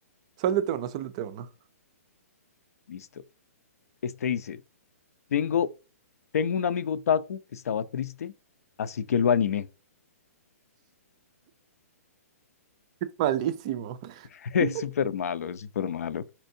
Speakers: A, on the right; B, on the left.
A: Suéltate uno, suéltate uno.
B: listo. Este dice. Tengo, tengo un amigo Taku que estaba triste, así que lo animé.
A: Es malísimo.
B: <laughs> Es
A: <laughs>
B: súper malo, es súper malo.